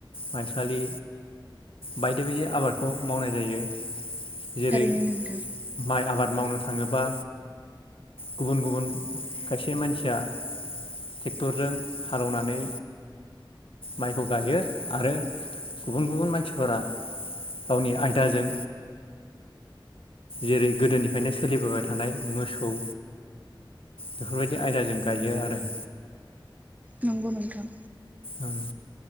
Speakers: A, on the left (about 90°); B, on the right (about 15°).
A: माइसालि बायदि बायदि आबादखौ मावनाय जायो। जेरै
B: थारैनो नोंथां
A: माइ आबाद मावनो थाङोबा गुबुन गुबुन खायसे मानसिया ट्रेक्टरजों हालेवनानै माइखौ गायो आरो गुबुन गुबुन मानसिफोरा गावनि आयदाजों जेरै गोदोनिफ्रायनो सोलिबोबाय थानाय मोसौ बेफोरबायदि आयदाजों गायो आरो
B: नंगौ नोंथां।
A: ओं